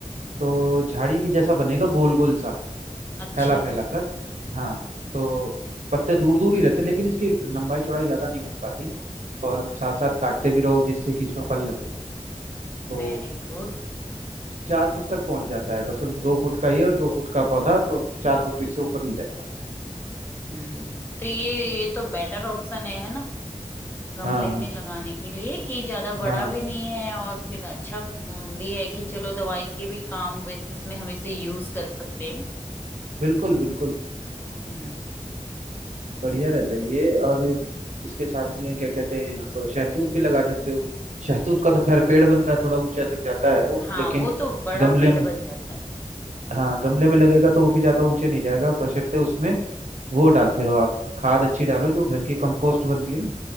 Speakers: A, on the right; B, on the left.
A: तो
B: हम्म
A: झाड़ी के जैसा बनेगा गोल गोल सा
B: अच्छा
A: फैला फैला सा हाँ तो पत्ते दूर दूर ही रहते लेकिन इसकी लंबाई चौड़ाई ज्यादा नहीं बन पाती और साथ साथ काटते भी रहो जिससे कि इसमें फल लगे तो
B: Very good
A: चार फुट तक पहुंच जाता है बस अब दो फुट का ये और दो फुट का पौधा तो चार फुट इससे ऊपर नहीं जाएगा
B: हम्म तो ये ये तो बेटर ऑप्शन है है ना गमले
A: हाँ हाँ
B: में लगाने के लिए कि ज्यादा बड़ा
A: हाँ
B: भी नहीं है और फिर अच्छा हम्म, भी है कि चलो दवाई के भी काम वैसे इसमें हम इसे यूज कर सकते हैं
A: बिल्कुल बिल्कुल
B: हम्म
A: बढ़िया रहता है ये और इसके साथ में क्या कहते हैं आप शहतूत भी लगा सकते हो शहतूत का तो खैर पेड़ बनता है थोड़ा ऊंचा तक जाता है वो
B: हाँ
A: लेकिन
B: वो तो बड़ा
A: गमले
B: पेड़
A: में
B: बन जाता है
A: हाँ गमले में लगेगा तो वो भी ज्यादा ऊंचे नहीं जाएगा बशर्ते उसमें वो डालते रहो आप खाद अच्छी डालो जो घर की कंपोस्ट बनती है ना